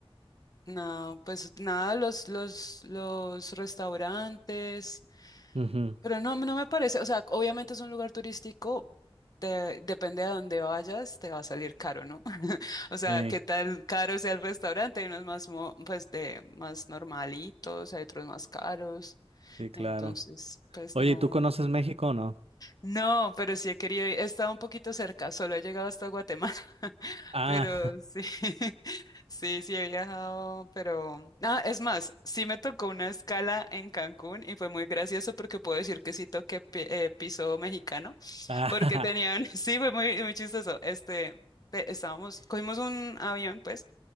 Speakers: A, on the left; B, on the right.
A: no, pues nada, los, los, los restaurantes.
B: Ujú,
A: Pero no, no me parece, o sea, obviamente es un lugar turístico, te- depende de dónde vayas, te va a salir caro, ¿no? <laughs> O sea,
B: Sí,
A: qué tan caro sea el restaurante, hay unos más, mo- pues, de más normalitos, hay otros más caros,
B: sí, claro.
A: entonces, pues
B: Oye,
A: no.
B: ¿y ¿tú conoces México o no?
A: No, pero sí he querido ir. He estado un poquito cerca, solo he llegado hasta Guatemala, <laughs>
B: Ah,
A: pero sí, <laughs> sí, sí he viajado, pero... Ah, es más, sí me tocó una escala en Cancún y fue muy gracioso porque puedo decir que sí toqué pi- eh, piso mexicano,
B: <laughs>
A: porque tenían,
B: ah,
A: <laughs> sí, fue muy, muy chistoso. Este, pe- estábamos, cogimos un avión, pues